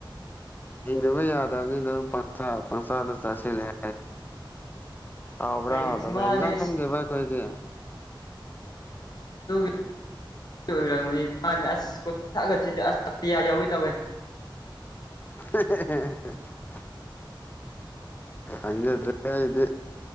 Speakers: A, on the left; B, on the left.
A: ꯍꯗ ꯌꯥꯗꯅ ꯑꯥ ꯄꯁꯥꯗ ꯆ ꯑꯦꯂ ꯍꯥꯎꯕ꯭ꯔꯥ
B: ꯍꯣꯏꯅꯦ
A: ꯍꯗ
B: ꯑꯁ ꯃꯥꯗꯤ
A: ꯍꯦꯟꯖꯥꯡ
B: ꯑꯁ
A: ꯈꯟꯗꯦꯕ ꯑꯩꯈꯣꯏꯗꯤ
B: ꯍ ꯑꯣꯏꯔꯝꯅꯤ ꯃꯥꯅꯦ ꯑꯁ ꯀ ꯊꯛꯑꯁꯤꯗꯤ ꯑꯁ ꯑꯇꯤꯌꯥ ꯌꯥꯎꯋꯤ ꯇꯧꯋꯦ
A: <inaudible> ꯑꯗ꯭ꯔ ꯏꯗꯤ